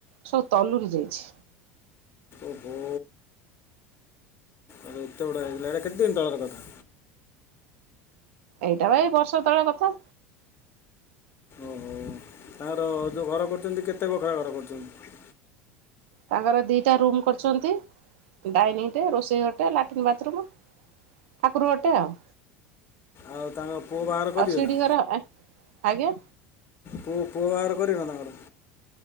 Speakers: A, on the right (about 65°); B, on the left (about 35°).
A: ସବୁ ତଲୁରି ଯାଇଛି।
B: ଓହୋ। ଏତେଡଥିଲା ଏଇଟା କେତେ ଦିନ ଟଳର କଥା
A: ଏଇଟା ଭାଇ ବର୍ଷ ତଳେ କଥା।
B: ଓହୋ ତାଙ୍କର ଯୋଉ ଘର କରୁଛନ୍ତି କେତେ ବଖରା ଘର କରୁଛନ୍ତି?
A: ତାଙ୍କର ଦିଟା ରୁମ୍ କରିଛନ୍ତି ଡାଇନିଂ ହେ ରୋଷେଇ ଘରଟା ଲାଟ୍ରନ୍ ବାଥରୁୁମ୍। ଠାକୁର ଘର ତେ ଆଉ।
B: ଆଉ ତାଙ୍କ ପୁଅ ବାହାରର କରିବେ
A: ଆଉ ସିଢି
B: ନା
A: ଘର ଆଜ୍ଞା
B: ପୁଅ ପୁଅ ବାହାର କରିବେ ନା ତାଙ୍କର?